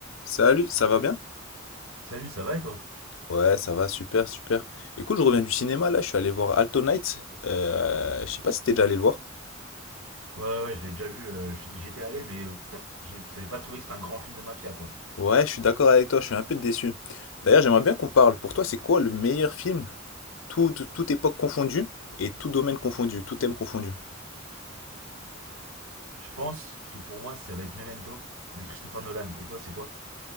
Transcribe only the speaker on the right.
Salut, ça va et toi?
Ouais, ouais, je l'ai déjà vu. euh, j'y j'y étais allé, mais euh, j'ai j'ai pas trouvé que c'était un grand film de mafia, quoi.
Je pense que pour moi, ça va être Memento de Christopher Nolan. Et toi, c'est quoi?